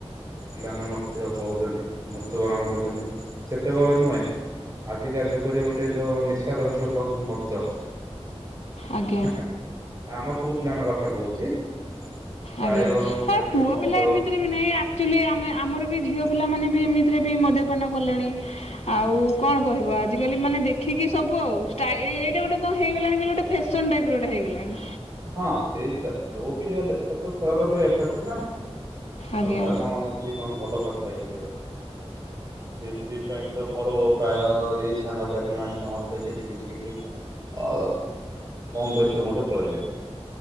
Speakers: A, on the right (about 30°); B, on the left (about 75°).
A: ପିଲାମାନେ ମୁତ୍ୟ ପଉଛନ୍ତି ମୃତ୍ୟୁବରଣ କରୁଛନ୍ତି। ସେତେବେଳେ ନୁହେଁ ଆଜିକା ଯୁଗରେ ଗୋଟେ ଯଉଁ ନିଶା ଦ୍ରବ୍ୟ ଖାଉଛନ୍ତି ମଧ୍ୟ।
B: ଆଜ୍ଞା
A: ହେଁ ହେଁ ଆମ ପୁ ପିଲାଙ୍କ କଥା କହୁଛି ପ୍ରାୟ
B: ଆଜ୍ଞା।
A: ପିଲାମାନେ
B: ଏ ପୁଅ
A: ସେ ମଦ
B: ପିଲା ଏମିତିରେ ବି ନାଇ ଆକ୍ଚୁଆଲି ଆମେ ଆମର ବି ଝିଅ ପିଲାମାନେ ବି ଏମିତି ରେ ବି ମଦ୍ୟପାନ କଲେଣି ଆଉ କଣ କହିବ ଆଜିକାଲି ମାନେ ଦେଖ ଆଖିକି ସବୁ ଆଉ ଷ୍ଟାଇ ଏଇ ଏଇ ଗୋଟେ କଣ ହେଇଗଲାଣି ଗୋଟେ ଫ୍ୟାସନ୍ ଟାଇପ ର ଗୋଟେ ହେଇଗଲାଣି।
A: ହଁ ସେ ତା ଯୋଉ ବି ହେଲେ ବି ସେଟା ତ ସୋ ର ଗୋଟେ ଇଫେକ୍ଟ ନା।
B: ଆଜ୍ଞା
A: ଆଉ ତା କଣ ସିଏ କଣ ଭଲ କରିଥାଏ କି ଦେହ। ସେଥିପାଇଁ ତ ମୋର ପ୍ରାୟ ଏଇ ସାଙ୍ଗସାଥି ମାନେ ସମସ୍ତେ ସେଠ କିଛି କିଛି ଅ କମ ବେଶି ରୁ ମଧ୍ୟ ପଳେଇଲେ।